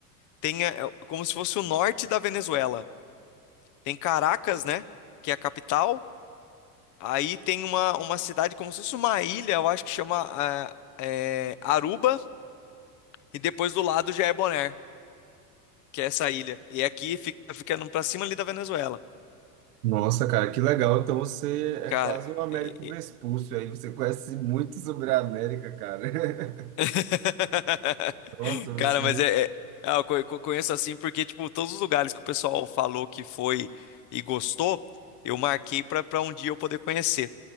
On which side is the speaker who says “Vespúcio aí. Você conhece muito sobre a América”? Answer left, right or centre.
Right